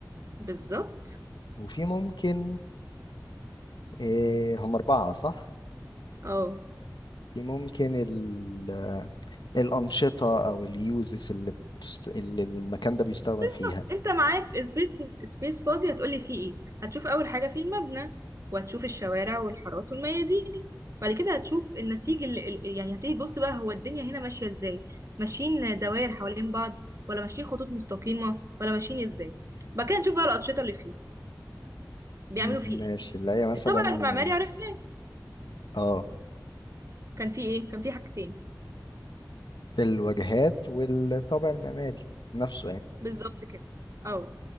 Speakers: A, on the right; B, on the left.
A: بالظبط
B: وفي ممكن إيه هم أربعة صح؟
A: اه
B: في ممكن ال الأنشطة أو اليوزز اللي, بتست... اللي المكان ده بيستخدم
A: بالظبط
B: فيها
A: انت معاك سبيس سبيس فاضي هتقولي فيه ايه هتشوف اول حاجه فيه المبنى وهتشوف الشوارع والحارات والميادين بعد كده هتشوف النسيج اللي ال- يعني هتيجي تبص بقى هو الدنيا هنا ماشيه ازاي ماشيين دوائر حوالين بعض ولا ماشيين خطوط مستقيمه ولا ماشيين ازاي بعد كده نشوف بقى الانشطه اللي فيه بيعملوا
B: م-
A: فيه
B: ماشي اللي هي مثلا
A: ايه الطابع المعماري عرفناه
B: اه
A: كان فيه ايه كان فيه حاجتين
B: الواجهات والطابع المعماري نفسه يعني
A: بالظبط كده اه